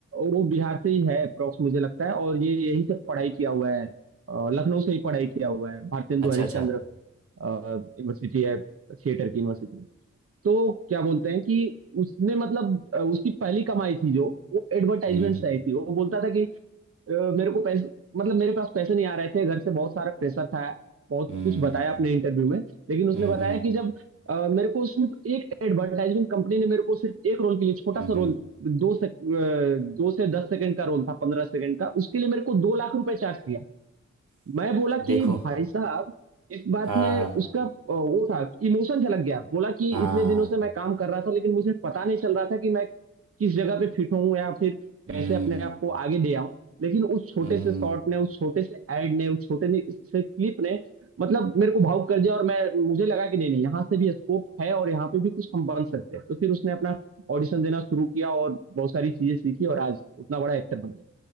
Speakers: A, on the right; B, on the right.
A: वो बिहार से ही है अप्रोक्स मुझे लगता है और ये यहीं से पढ़ाई किया हुआ है अ, लखनऊ से ही पढ़ाई किया हुआ है भारतेंदु
B: अच्छा
A: हरिश्चंद्र
B: अच्छा
A: यूनिवर्सिटी है थिएटर की यूनिवर्सिटी है तो क्या बोलते हैं कि उसने मतलब अ, उसकी पहली कमाई थी जो वो एडवर्टाइजमेंट
B: हम्म
A: से आई थी वो बोलता था कि अ, मेरे को पैसे मतलब मेरे पास पैसे नहीं आ रहे थे घर से बहुत सारा प्रेशर था बहुत
B: हम्म
A: कुछ बताया अपने इंटरव्यू में लेकिन उसने
B: हम्म
A: बताया
B: हम्म
A: कि जब अ, मेरे को सिर्फ एक एडवर्टाइजमेंट कंपनी ने मेरे को सिर्फ एक रोल के लिए छोटा
B: हम्म,
A: सा
B: हम्म।
A: रोल दो से अ, दो से दस सेकंड का रोल था पंद्रह सेकंड का उसके लिए मेरे को दो लाख रुपए चार्ज किया मैं बोला कि
B: देखो
A: भाई साहब इस बात
B: हाँ
A: में उसका अ, वो था इमोशन झलक गया बोला कि
B: हाँ
A: इतने दिनों से मैं काम कर रहा था लेकिन मुझे पता नहीं चल रहा था कि मैं किस जगह पे फिट हूँ या फिर
B: हम्म
A: कैसे अपने आप को आगे ले आऊं लेकिन उस छोटे
B: हम्म
A: से शॉट ने उस छोटे से एड ने उस छोटे ने- से क्लिप ने मतलब मेरे को भावुक कर दिया और मैं मुझे लगा कि नहीं नहीं यहाँ से भी स्कोप है और यहाँ पे भी कुछ हम बन सकते हैं तो फिर उसने अपना ऑडिशन देना शुरू किया और बहुत सारी चीजें सीखी और आज उतना बड़ा एक्टर बन गया